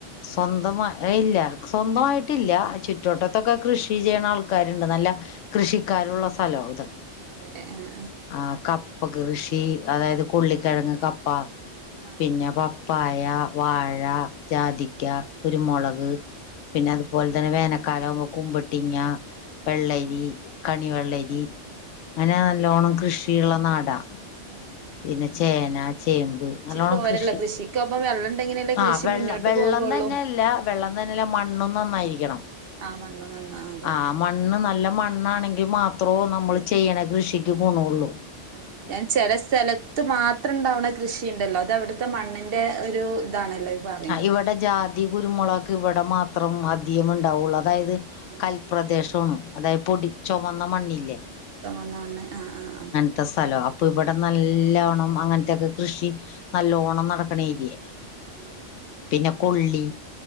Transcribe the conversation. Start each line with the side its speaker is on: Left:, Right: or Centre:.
Left: സ്വന്തമാ എ ഏ ഇല്ല സ്വന്തമായിട്ടില്ല ചുറ്റുവട്ടത്തൊക്കെ കൃഷി ചെയ്യണാൾക്കാര്ണ്ട് നല്ല കൃഷിക്കാരുള്ള സ്ഥലോ ഇത്
Right: അതെ ആഹ്
Left: ആഹ് കപ്പ കൃഷി അതായത്. ഉുള്ളിക്കിഴങ്ങ് കപ്പ
Right: ആഹ്
Left: പിന്നെ
Right: ആഹ് ആഹ്
Left: പപ്പായ വാഴ. ജാതിക്ക കുരുമുളക് പിന്നെ അതുപോലെ തന്നെ വേനൽക്കാല ആകുമ്പോ കുമ്പട്ടിങ്ങ.
Right: ഉം
Left: വെള്ളരി
Right: ഉം
Left: കണിവെള്ളരി അങ്ങനെ നല്ലോണം കൃഷിയുള്ള നാടാ.
Right: ഏ ഏ
Left: പിന്നെ ചേന ചേമ്പ് നല്ലോണം
Right: പോരല്ലോ
Left: കൃഷി
Right: കൃഷിക്കൊപ്പം വെള്ളം ഉണ്ടെങ്കിലല്ലേ കൃഷി
Left: ആഹ് വെള്ളം.
Right: മുന്നോട്ട്
Left: വെള്ളം
Right: പോകുള്ളൂ
Left: തന്നെയല്ല വെള്ളം
Right: ഉം
Left: തന്നെല്ല മണ്ണും നന്നായിരിക്കണം.
Right: ആഹ് മണ്ണും നന്നാവണം അതന്നെ
Left: ആ മണ്ണ് നല്ല മണ്ണാണെങ്കി മാത്രോ നമ്മള് ചെയ്യണ കൃഷിക്ക് ഗുണൊള്ളൂ.
Right: ആഹ് ഞാൻ ചില സ്ഥലത്ത് മാത്രം ഉണ്ടാവണ കൃഷിയുണ്ടല്ലോ അത് അവിടുത്തെ മണ്ണിന്റെ ഒരു ഇതാണല്ലോ. പറയണത്
Left: ആഹ് ഇവിടെ ജാതി കുരുമുളക് ഇവിടെ മാത്രം അധികം ഉണ്ടാവുള്ള് അ തായത്
Right: ആഹ്
Left: കൽപ്രദേശോണ് അതായത് പൊടി ചുവന്ന മണ്ണില്ലേ.
Right: എന്നാന്ന് ആഹ് ആഹ് ആഹ്
Left: ത്തെ സ്ഥല അപ്പൊ ഇവിടെ നല്ലോണം അങ്ങനത്തെക്കെ കൃഷി നല്ലോണം നടക്കണ
Right: ഉം
Left: ഏരിയ
Right: ആഹ് ആഹ്
Left: പിന്നെ കൊള്ളി